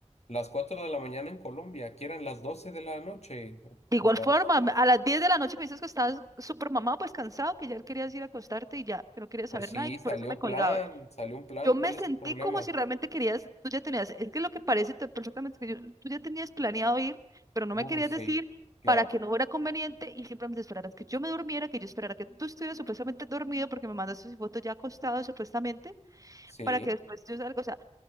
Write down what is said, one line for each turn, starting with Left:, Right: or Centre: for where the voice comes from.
Left: Las cuatro de la mañana en Colombia, que eran las 12 de la noche.
Right: De igual
Left: O sea,
Right: forma, me- a las diez de la noche me dices que estabas súper mamado, pues cansado, que ya querías ir a acostarte y ya, que no querías
Left: Pues
Right: saber
Left: sí,
Right: nada y que
Left: salió
Right: por eso me colgaba.
Left: plan, salió un plan.
Right: Yo me
Left: ¿Cuál
Right: sentí
Left: es el problema?
Right: como si realmente querías, tú ya tenías, es que lo que parece te- perfectamente que yo- tú ya tenías planeado ir, pero no
Left: Uh,
Right: me querías
Left: sí,
Right: decir
Left: claro,
Right: para que no fuera conveniente y simplemente esperaras que yo me durmiera, que yo esperara que tú estuvieras supuestamente dormido porque me mandaste esa fotos ya acostado supuestamente
Left: sí,
Right: para que después yo salga, o sea,